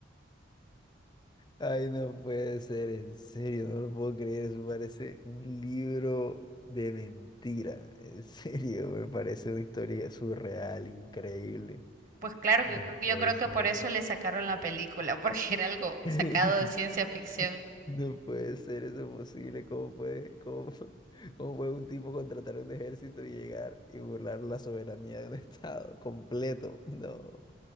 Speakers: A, on the left (about 20°); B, on the right (about 45°).
A: Ay, no puede ser, en serio, no lo puedo creer. Eso parece un libro de mentira. En <laughs> serio, me parece una historia surreal, increíble.
B: Pues claro,
A: No
B: que yo
A: puede
B: yo creo que
A: ser.
B: por eso le sacaron la película, <laughs> porque era algo
A: <laughs> <laughs>
B: sacado de ciencia ficción.
A: No puede ser eso posible. ¿Cómo puede, cómo, pu- <laughs> cómo puede un tipo contratar un ejército y llegar y burlar la soberanía de un <laughs> estado completo? No.